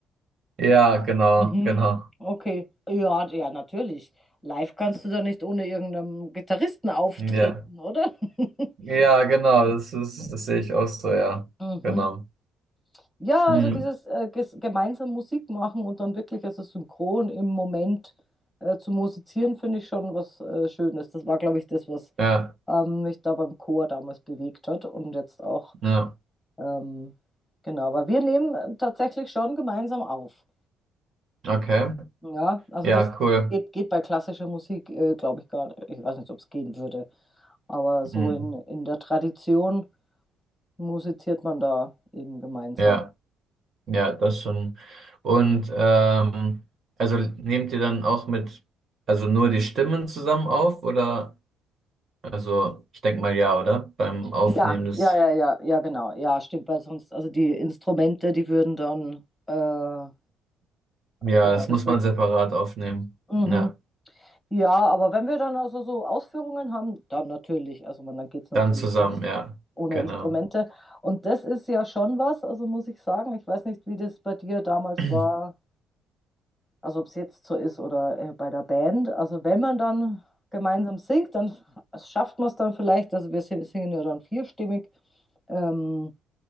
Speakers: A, on the right (about 40°); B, in the centre.
A: Ja, genau,
B: Mhm.
A: genau.
B: Okay. Ja, ja, natürlich. Live kannst du da nicht ohne irgendeinen Gitarristen auftreten,
A: Ja.
B: oder? <laughs>
A: Ja, genau, das ist, das sehe ich auch so, ja.
B: Mhm.
A: Genau.
B: Ja,
A: Hm,
B: also dieses äh, ges gemeinsam Musik machen und dann wirklich also synchron im Moment äh, zu musizieren, finde ich schon was äh, Schönes. Das war, glaube ich, das, was
A: ja,
B: ähm, mich da beim Chor damals bewegt hat und jetzt auch,
A: ja,
B: ähm, genau, aber wir nehmen äh, tatsächlich schon gemeinsam auf.
A: okay.
B: Ja, also
A: Ja,
B: das
A: cool.
B: geht, geht bei klassischer Musik, äh, glaube ich, gar nicht. Ich weiß nicht, ob es gehen würde, aber so
A: Hm,
B: in, in der Tradition musiziert man da eben gemeinsam.
A: ja, ja, das schon. Und ähm, also nehmt ihr dann auch mit, also nur die Stimmen zusammen auf oder? Also, ich denke mal ja, oder? Beim Aufnehmen
B: Ja,
A: des,
B: ja, ja, ja, ja, genau. Ja, stimmt, weil sonst, also die Instrumente, die würden dann, äh,
A: ja,
B: genau,
A: das
B: das
A: muss man
B: wird.
A: separat aufnehmen.
B: Mhm.
A: Ja,
B: Ja, aber wenn wir dann also so Ausführungen haben, dann natürlich. Also man, dann geht es natürlich
A: dann zusammen,
B: nicht
A: ja,
B: ohne
A: genau.
B: Instrumente. Und das ist ja schon was, also muss ich sagen. Ich weiß nicht, wie das bei dir damals
A: <clears throat>
B: war, also ob es jetzt so ist oder äh, bei der Band. Also wenn man dann gemeinsam singt, dann schafft man es dann vielleicht, also wir si- singen ja dann vierstimmig, ähm,